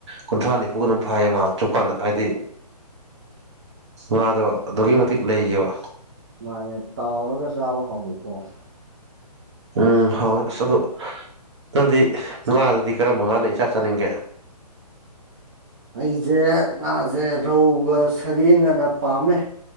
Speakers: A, on the right; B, on the right.
A: ꯀꯨꯟꯊ꯭ꯔꯥ ꯅꯤꯐꯨꯒ ꯑꯗꯨꯝ ꯐꯩꯌꯦ ꯃꯥ ꯆꯨꯞꯀꯥꯟꯗ ꯍꯥꯏꯗꯤ ꯉꯗꯣ ꯑꯗꯨꯛꯀꯤ ꯃꯇꯤꯛ ꯂꯩꯌꯦꯕ
B: ꯃꯥꯅꯦ ꯇꯥꯎꯔꯒ ꯆꯥꯕ ꯍꯥꯎꯋꯤꯀꯣ
A: ꯎꯝ ꯍꯥꯎ ꯁ ꯑꯗꯨꯣ ꯅꯪꯗꯤ ꯉꯥꯗꯗꯤ ꯀꯔꯝꯕ ꯀꯥꯟꯅ ꯏꯆꯥ ꯆꯥꯅꯤꯡꯒꯦ
B: ꯑꯩꯁꯦ ꯉꯥꯁꯦ ꯔꯧꯒ ꯁꯔꯦꯡꯒꯅ ꯄꯥꯝꯃꯦ